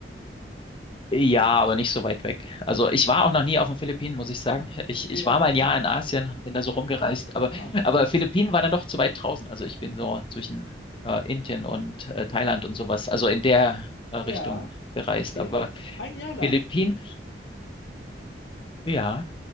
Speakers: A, on the left (about 30°); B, on the left (about 75°).
A: Ja, aber nicht so weit weg. Also ich
B: Ja.
A: war auch noch nie auf den Philippinen, muss ich sagen.
B: Ah,
A: Ich,
B: nee,
A: ich
B: ja.
A: war mal ein Jahr
B: <laughs>
A: in Asien, bin da so rumgereist, aber,
B: Ah, Wahnsinn.
A: aber Philippinen war dann doch zu weit draußen. Also ich bin so zwischen äh, Indien und äh, Thailand und sowas, also in der äh, Richtung
B: Ja,
A: gereist.
B: okay.
A: Aber
B: Ein Jahr lang.
A: Philippinen, ja.